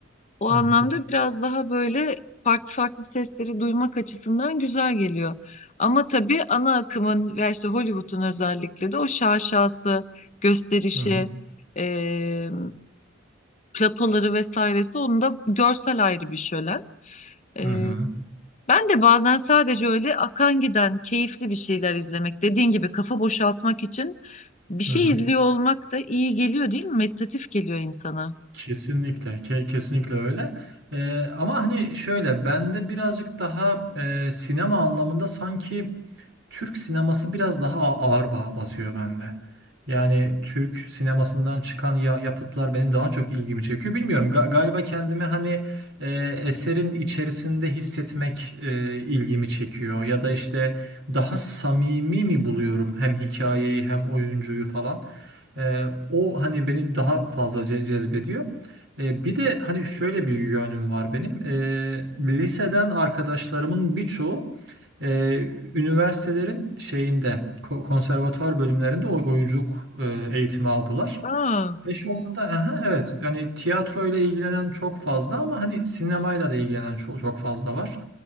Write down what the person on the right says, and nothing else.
Hı hı.
Hı hı.
Hı hı.
Hı hı.
Kesinlikle, ke- kesinlikle öyle. Ee, ama hani şöyle, bende birazcık daha e, sinema anlamında sanki Türk sineması biraz daha a- ağır ba- basıyor bende. Yani Türk sinemasından çıkan ya- yapıtlar benim daha çok ilgimi çekiyor. Bilmiyorum, ga- galiba kendimi hani e, eserin içerisinde hissetmek e, ilgimi çekiyor. Ya da işte daha samimi mi buluyorum hem hikayeyi hem oyuncuyu falan. Ee, o hani beni daha fazla ce- cezbediyor. Ee, bir de hani şöyle bir yönüm var benim. Ee, liseden arkadaşlarımın birçoğu e, üniversitelerin şeyinde ko- konservatuar bölümlerinde oy- oyunculuk e, eğitimi aldılar.
Ve şu anda aha, evet yani tiyatro ile ilgilenen çok fazla ama hani sinemayla da ilgilenen çok, çok fazla var.